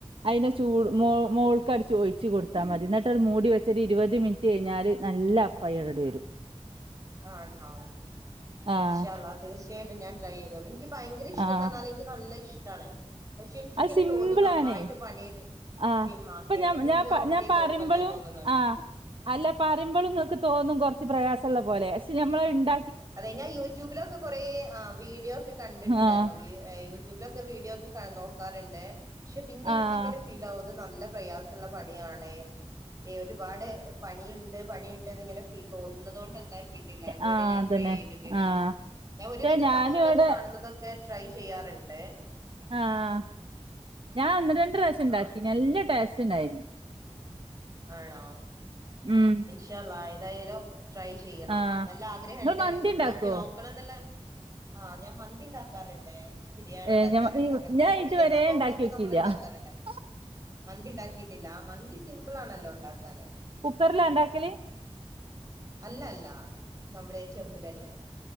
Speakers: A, on the right; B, on the right.
A: അയിന്റെ ചൂട് മോ മോൾക്കടിച്ച് ഒഴിച്ച് കൊടുത്താ മതി ന്ന്ട്ട് മൂടി വെച്ച് ര് ഇരുവത് മിൻ ട്ട് കഴിഞ്ഞാല് നല്ല അപ്പായി ങ്ങട്ട് വരും
B: ആണോ
A: ആഹ്
B: ഇൻഷാ ള്ള തീർച്ചയായിട്ടും ഞാൻ ട്രൈ ചെയ്തുക്കും ഇൻക്ക് ഭയങ്കര ഇഷ്ടംന്ന്
A: ആഹ്
B: പറഞ്ഞാൽ എനിക്ക് നല്ല ഇഷ്ടാണ് പക്ഷെ ഇൻക്കിങ്ങനെ
A: അത് സിമ്പിളാണ്
B: തോന്നും നന്നായിട്ട് പണിട്
A: ആഹ്
B: സിം ആക്കിയട്ടപ്പ
A: ഇപ്പൊ ഞാൻ
B: എനിക്ക്
A: ഞാൻ
B: ഓക്കെ
A: ഞാൻ പറയുമ്പളും
B: കൊഴപ്പല്ല തോന്ന്ന്ന്
A: ആഹ് അല്ല പറിമ്പോളും ഇങ്ങക്ക് തോന്നും കുറച്ച് പ്രയാസള്ള പോലെ പക്ഷെ നമ്മൾ ഇണ്ട
B: അതെ ഞാൻ യൂട്യൂബിലൊക്കെ കൊറെ ആഹ് വീഡിയോ ഒക്കെ കണ്ടിട്ട്ണ്ടായിരുന്നു
A: ആഹ്
B: യൂട്യൂബിലൊക്കെ വീഡിയോ ഒക്കെ നോക്കാറ്ണ്ട് പക്ഷെ പിന്നെ എനിക്കിങ്ങനെ
A: ആഹ്
B: ഫീൽ ആവ നല്ല പ്രയാസള്ള പണിയാണേ ഏ ഒരുപാട് പണിയ്ണ്ട് പണിയ്ണ്ട് ഇന്ന് ഇങ്ങനെ തോന്നുന്നത് കൊണ്ട് എന്താ ക്കിയിട്ടില്ല അതുവരെ
A: ആഹ്
B: ഞാൻ
A: അതന്നെ
B: ട്രൈ ചെയ്തിട്ടില്ല
A: ആഹ്
B: ഞാൻ ഒരുവിധ
A: പക്ഷെ ഞാനും
B: സംഭവങ്ങളൊക്കെ
A: ഇവിടെ
B: കാണുന്നതൊക്കെ ട്രൈ ചെയ്യാറ്ണ്ട്
A: ആഹ് ഞാൻ ഒന്ന് രണ്ട് പ്രാവശ്യം ഉണ്ടാക്കി
B: ആ എൻ-
A: നല്ല ടേസ്റ്റ് ഉണ്ടായിനി
B: ആണോ
A: ഉം
B: ഇൻഷാ അള്ളാ ഏതായാലും ട്രൈ ചെയ്യണം
A: ആഹ്
B: നല്ല ആഗ്രഹം
A: ഇങ്ങള്
B: ഉണ്ട്
A: മന്തി
B: ഉണ്ടാക്കി
A: ഇണ്ടാക്കോ
B: നോ ക്കണം ന്ന്ളെ ആഹ് ഞാം മ ഇണ്ടാക്കാറ്ണ്ട് ബിരിയാണി
A: ഏഹ്
B: ഇണ്ടാക്കാറ്ണ്ട്
A: ഞ
B: അങ്ങനത്തെ
A: ഞാൻ
B: ഒരുവിധ
A: ഇതുവരെ
B: സംഭവങ്ങളൊക്കെ
A: ഉണ്ടാക്കി നോക്കിയില്ല
B: നമ്മൾ ഇണ്ടാക്കാറ്ണ്ട്
A: <inaudible>
B: മന്തി ഇണ്ടാക്കിട്ടില്ല മന്തി സിബ്ള് ആണല്ലോ ഇണ്ടാക്കാന്
A: കുക്കറില ഇണ്ടാക്കല്ല്
B: അല്ല അല്ല നമ്മടെ ചെമ്പില്ലന്നെ